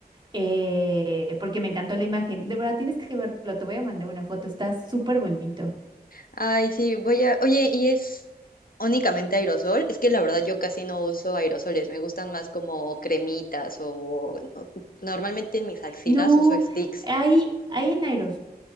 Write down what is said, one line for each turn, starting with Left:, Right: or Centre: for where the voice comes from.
Right: eh, porque me encantó la imagen. De verdad, tienes que verlo, te voy a mandar una foto, está súper bonito.
Left: Ay, sí, voy a... Oye, ¿y es únicamente aerosol? Es que la verdad yo casi no uso aerosoles, me gustan más como cremitas o no, normalmente en mis axilas
Right: No,
Left: uso sticks.
Right: hay, hay en aeros,